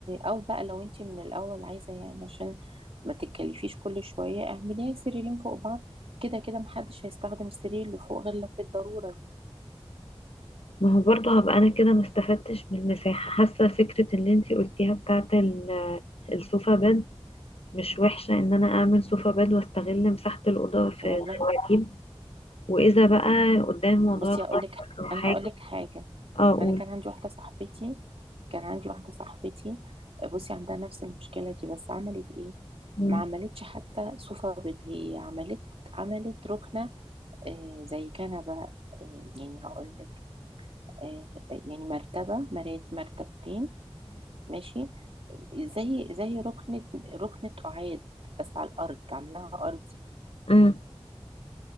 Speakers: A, on the right; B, on the left.
A: او بقى لو انت من الاول عايزه يعني عشان ما تتكلفيش كل شويه اعمليها سريرين فوق بعض كده كده محدش هيستخدم السرير اللي فوق غير لو في الضروره يعني
B: ما هو برضه هبقى انا كده ما استفدتش من المساحة حاسة فكرة اللي انتي قلتيها بتاعت ال- السوفا بed مش وحشة ان انا اعمل سوفا بed واستغل مساحة الأوضة في
A: والله
B: الدواجيب واذا بقى قدام موضوع
A: بصي
B: الغرفة
A: هقول لك
B: او حاجة
A: انا هقول لك حاجه
B: اه اقول
A: انا كان عندي واحده صاحبتي كان عندي واحده صاحبتي بصي عندها نفس المشكله دي بس عملت ايه
B: امم
A: ما عملتش حتى صوفة بيض هي عملت عملت ركنه آه، زي كنبه آه، يعني هقول لك آه، يعني مرتبه مرات مرتبتين ماشي زي زي ركنه ركنه قعاد بس على الارض عاملاها ارضي
B: امم